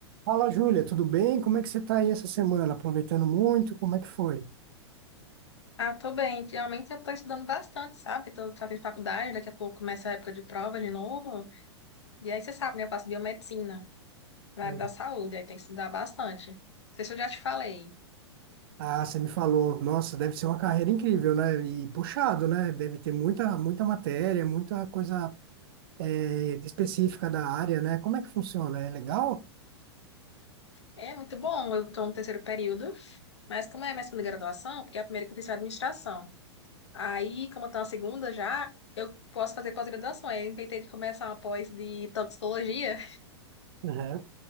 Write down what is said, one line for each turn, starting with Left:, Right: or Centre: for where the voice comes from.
Right: Fala, Júlia, tudo bem? Como é que você está aí essa semana? Aproveitando muito? Como é que foi?
Left: Ah, tô bem. Realmente eu tô estudando bastante, sabe? Tô fazendo faculdade, daqui a pouco começa a época de prova de novo. E aí você sabe, né? Eu faço biomedicina, na
Right: Uhum.
Left: área da saúde, aí tem que estudar bastante. Não sei se eu já te falei.
Right: Ah, você me falou, nossa, deve ser uma carreira incrível, né? E puxado, né? Deve ter muita, muita matéria, muita coisa eh, específica da área, né? Como é que funciona? É legal?
Left: É muito bom, eu tô no terceiro período, mas como é a minha segunda graduação, porque a primeira que eu fiz foi administração. Aí, como eu tô na segunda já, eu posso fazer pós-graduação. Aí eu inventei de começar uma pós de toxicologia.
Right: Uhum.